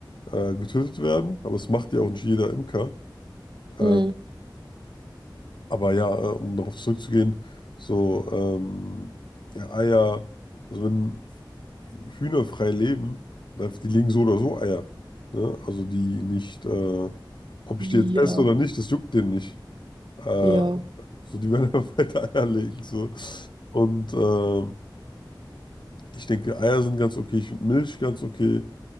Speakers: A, on the left; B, on the right.
A: äh, getötet werden, aber es macht ja auch nicht jeder Imker. Äh,
B: Mhm.
A: aber ja, äh, um darauf zurückzugehen, so ähm, ja, Eier, also wenn Hühner frei leben, und einfach, die legen so oder so Eier. Ne? Also die nicht, äh, ob
B: Ja,
A: ich die jetzt esse oder nicht, das juckt denen nicht. Äh,
B: ja.
A: so, die werden <laughs> einfach weiter Eier legen. So. Und ähm, ich denke, Eier sind ganz okay. Ich finde Milch ganz okay.